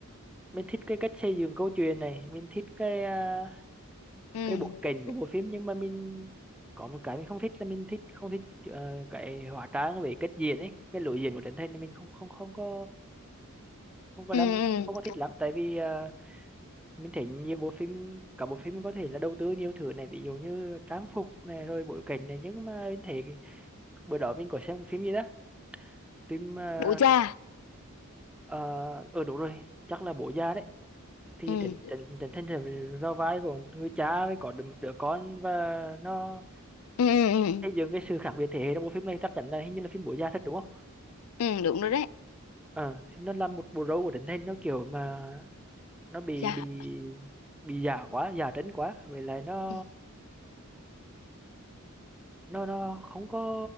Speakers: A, in the centre; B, on the left (about 80°).
A: mình thích cái cách xây dựng câu chuyện này, mình thích cái ờ,
B: ừ
A: cái bối cảnh của bộ phim nhưng mà mình có một cái mình không thích là mình thích không thích ờ, cái hóa trang về cách diễn ấy, cái lối diễn của Trấn Thành thì mình không không không có không có
B: ừ
A: đam
B: ừ
A: không có thích lắm tại vì ờ, mình thấy nhiều bộ phim cả bộ phim có thể là đầu tư nhiều thứ này ví dụ như trang phục này rồi bối cảnh này nhưng mà mình thấy bữa đó mình có xem một phim gì đó phim ờ
B: Ủa cha
A: uh, ở đúng rồi chắc là Bố Già đấy thì
B: ừ
A: Trịnh Trịnh Trịnh Thành là vào vai của một người cha với có được một đứa con và nó
B: ừ ừ ừ, ừ.
A: xây dựng cái sự khác biệt thế hệ trong bộ phim này chắc chắn là hình như là phim Bố Già thật đúng không
B: Ừ, đúng rồi đấy
A: ờ thì nó làm một bộ râu của Trịnh Thành nó kiểu mà nó bị
B: cha
A: bị bị giả quá giả trấn quá vậy là nó
B: ừ
A: nó nó không có